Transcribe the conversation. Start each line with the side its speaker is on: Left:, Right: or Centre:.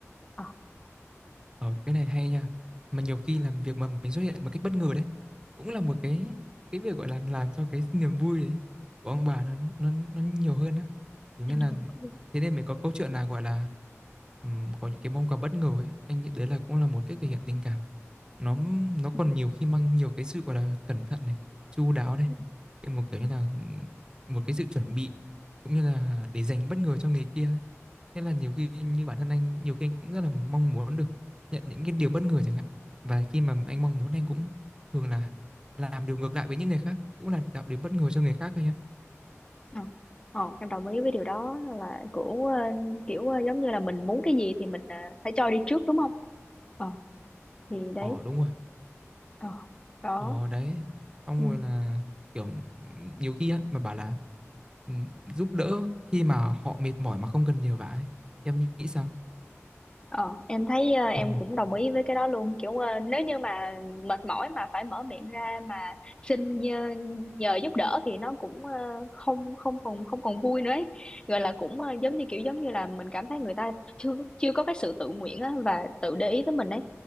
Left: ờ
Right: Ờ, cái này hay nha. Mà nhiều khi làm việc mà mình xuất hiện một cách bất ngờ đấy, cũng là một cái cái việc gọi là làm cho cái niềm vui đấy của ông bà nó nó nó nhiều hơn á. Thế nên
Left: em
Right: là
Left: cũng có đúng
Right: thế nên mới có câu chuyện là gọi là ừm, có những cái món quà bất ngờ ấy, anh nghĩ đấy là cũng là một cách thể hiện tình cảm. Nó nó còn
Left: ừ.
Right: nhiều khi mang nhiều cái sự gọi là cẩn thận này, chu đáo này,
Left: ừ.
Right: cái một kiểu như là ừm, một cái sự chuẩn bị cũng như là để dành bất ngờ cho người kia ấy. Thế là nhiều khi như bản thân anh nhiều khi anh cũng rất là mong muốn được nhận những cái điều bất ngờ chẳng hạn và khi mà anh mong muốn anh cũng thường là làm điều ngược lại với những người khác cũng là tạo điều bất ngờ cho người khác thôi em
Left: ờ Ờ, em đồng ý với điều đó là kiểu ờ, kiểu ờ, giống như là mình muốn cái gì thì mình ờ, phải cho đi trước đúng không ờ thì đấy
Right: ờ đúng rồi
Left: ờ đó
Right: ờ đấy xong
Left: ừ.
Right: rồi là kiểu nhiều khi á mà bảo là ừm, giúp đỡ khi mà họ mệt mỏi mà không cần nhờ vả ấy. em nghĩ sao
Left: Ờ, em thấy ờ, em
Right: ừ
Left: cũng đồng ý với cái đó luôn kiểu ờ, nếu như mà mệt mỏi mà phải mở miệng ra mà xin nhờ, nhờ giúp đỡ thì nó cũng ờ, không không còn không còn vui nữa ấy. Gọi là cũng ờ, giống như kiểu giống như là mình cảm thấy người ta chưa chưa có cái sự tự nguyện á, và tự để ý tới mình ấy